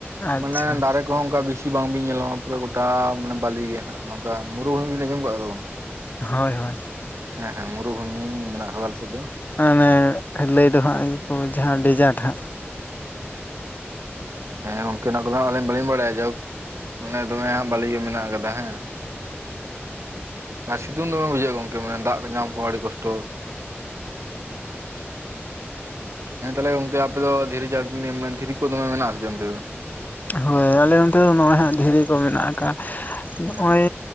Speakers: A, on the left; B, on the right.
A: ᱟᱪᱪᱷᱟ
B: ᱢᱟᱱᱮ ᱫᱟᱨᱮᱼᱼ ᱠᱚᱦᱚᱸ ᱚᱱᱠᱟ ᱵᱤᱥᱤ‌ ᱵᱟᱝ ᱵᱤᱱ ᱧᱮᱞᱟ ᱯᱩᱨᱟᱹ ᱜᱚᱴᱟ ᱢᱟᱱᱮ ᱵᱟᱞᱤ ᱜᱮ ᱦᱟᱸᱜ ᱱᱚᱝᱠᱟ ᱢᱩᱨᱩ ᱦᱚᱸᱵᱤᱱ ᱟᱸᱡᱚᱢ ᱠᱟᱜ-ᱟ ᱫᱚ ᱜᱚᱝᱠᱮ?
A: ᱦᱳᱭ ᱦᱳᱭ᱾
B: ᱦᱮᱸ ᱦᱮᱸ ᱢᱩᱨᱩ ᱵᱷᱩᱢᱤᱧ ᱢᱮᱱᱟᱜ ᱟᱠᱟᱫᱟ ᱟᱞᱮ ᱥᱮᱜ ᱫᱚ᱾
A: ᱟᱸ ᱚᱱᱮ ᱞᱟᱹᱭ ᱫᱚ ᱦᱟᱸᱜ ᱠᱚ ᱡᱟᱦᱟᱸ ᱰᱤᱡᱟᱨᱴ ᱦᱟᱸᱜᱼᱼ
B: ᱦᱮᱸ ᱜᱚᱝᱠᱮ ᱚᱱᱟ ᱠᱚᱫᱚ ᱟᱹᱞᱤᱧ ᱵᱟᱹᱞᱤᱧ ᱵᱟᱲᱟᱭᱟ ᱡᱚᱠ ᱢᱟᱱᱮ ᱫᱚᱢᱮ ᱦᱟᱸᱜ ᱵᱟᱞᱤ ᱜᱮ ᱢᱮᱱᱟᱜ ᱟᱠᱟᱫᱟ ᱦᱮᱸ᱾ ᱟᱨ ᱥᱤᱛᱩᱝ ᱫᱚᱢᱮ ᱵᱩᱡᱷᱟᱹᱜ-ᱟ ᱜᱚᱝᱠᱮ ᱢᱟᱱᱮ ᱫᱟᱜ ᱠᱚ ᱧᱟᱢ ᱠᱚ ᱦᱚᱸ ᱟᱰᱤ ᱠᱚᱥᱴᱚ᱾ ᱦᱮᱸ ᱛᱟᱦᱚᱞᱮ ᱜᱚᱝᱠᱮ ᱟᱯᱮ ᱫᱚ ᱫᱷᱤᱨᱤ ᱪᱟᱴᱟᱱᱤ ᱢᱟᱱᱮᱼᱼ ᱫᱷᱨᱤ ᱠᱚ ᱫᱚᱢᱮ ᱢᱮᱱᱟᱜ-ᱟ ᱥᱮ ᱪᱮᱜ ᱚ‌ᱱᱛᱮ ᱫᱚ?
A: ᱦᱳᱭ ᱟᱞᱮ ᱚᱱᱛᱮ ᱫᱚ ᱱᱚᱜ-ᱚᱭ ᱦᱟᱸᱜ ᱫᱷᱤᱨᱤ ᱠᱚ ᱢᱮᱱᱟᱜ ᱟᱠᱟᱜ-ᱟ
B: ᱦᱮᱸ
A: ᱱᱚᱜ-ᱚᱭᱼᱼ